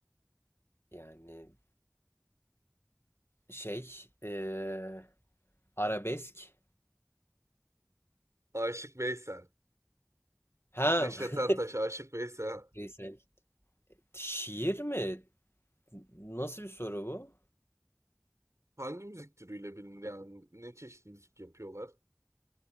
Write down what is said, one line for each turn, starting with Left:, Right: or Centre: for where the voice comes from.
Left: Yani şey, eee, arabesk.
Right: Aşık Veysel.
Left: Ha,
Right: Neşet
Left: <laughs>
Right: Ertaş, Aşık Veysel.
Left: Lisel. Şiir mi? Nasıl bir soru bu?
Right: Hangi müzik türüyle bilinir yani? Ne çeşit müzik yapıyorlar?